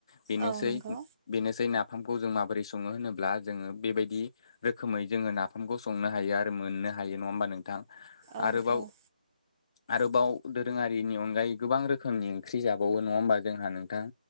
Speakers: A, on the left; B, on the right.
A: बेनोसै
B: औ नंगौ
A: बेनोसै नाफाम जों माबोरै सङो होनोब्ला जोङो बेबायदि रोखोमै जोङो नाफामखौ संनो हायो आरो मोननो हायो। नङा होमबा नोंथां।
B: औ
A: आरोबाव
B: औ।
A: आरोबाव दोरोङारिनि अनगायै गोबां रोखोमनि ओंख्रि जाबावो नङा होमबा जोंहा नोंथां।